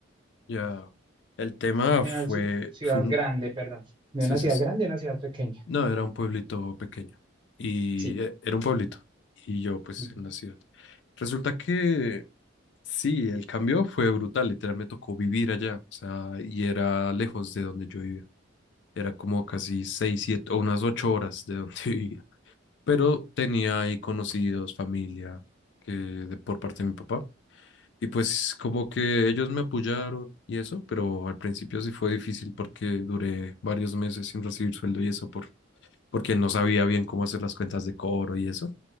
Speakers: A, on the left; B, on the right.
A: Ya, el tema
B: En
A: fue,
B: una ci- ciudad
A: fue un...
B: grande, perdón. De
A: Sí,
B: una
A: sí,
B: ciudad
A: sí.
B: grande a una ciudad pequeña.
A: No, era un pueblito pequeño y
B: Sí.
A: eh, era un pueblito y yo pues
B: Ujú,
A: en una ciudad. Resulta que sí, el cambio fue brutal, literal me tocó vivir allá, o sea, y era lejos de donde yo vivía. Era como casi seis, siete o unas ocho horas de donde <laughs> vivía. Pero tenía ahí conocidos, familia, que de, por parte de mi papá. Y pues como que ellos me apoyaron y eso, pero al principio sí fue difícil porque duré varios meses sin recibir sueldo y eso por, porque no sabía bien cómo hacer las cuentas de cobro y eso.